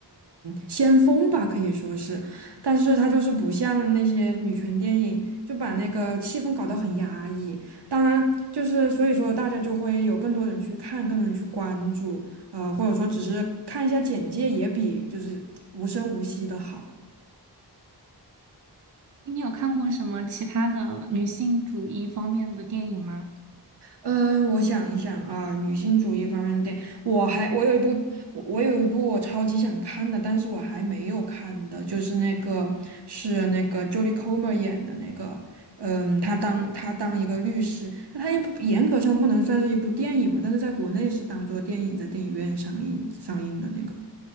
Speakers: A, on the right (about 75°); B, on the right (about 45°).
A: 先锋吧，可以说是。但是他就是不像那些女权电影，就把那个气氛搞得很压抑。当然，就是所以说大家就会有更多人去看，更多人去关注，呃，或者说只是看一下简介，也比就是无声无息的好。
B: 你有看过什么其他的女性主义方面的电影吗？
A: 嗯，我想一想啊，女性主义方面的电影，我还我有一部我我有一部我超级想看的，但是我还没有看的，就是那个是那个 Jodie Comer 演的那个，嗯，她当她当一个律师，那她也不严格上不能算是一部电影嘛，但是在国内是当做电影在电影院上映上映的那个，